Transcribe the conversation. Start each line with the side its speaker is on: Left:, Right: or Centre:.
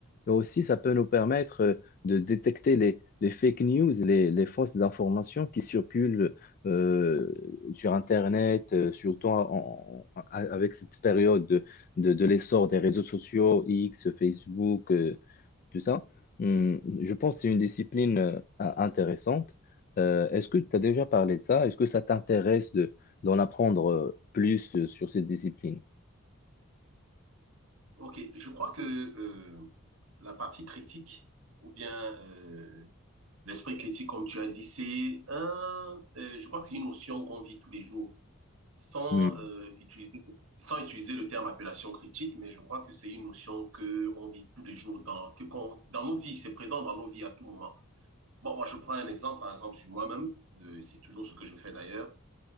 Left: Mais aussi, ça peut nous permettre euh, de détecter les, les fake news, les, les fausses informations qui circulent euh, sur Internet, euh, surtout en- en- avec cette période de, de, de l'essor des réseaux sociaux, X, Facebook,
Right: ouais.
Left: euh, tout ça. Hum, je pense que c'est une discipline euh, intéressante. Euh, est-ce que tu as déjà parlé de ça? Est-ce que ça t'intéresse de, d'en apprendre euh, plus euh, sur cette discipline?
Right: Ok, je crois que euh, la partie critique, ou bien euh, l'esprit critique, comme tu as dit, c'est un, euh, je crois que c'est une notion qu'on vit tous les jours, sans
Left: Hum,
Right: euh, utiliser, sans utiliser le terme appellation critique, mais je crois que c'est une notion que on vit tous les jours dans, que qu'on- dans nos vies, c'est présent dans nos vies à tout moment. Bon, moi, je prends un exemple, par exemple, sur moi-même, euh, c'est toujours ce que je fais d'ailleurs.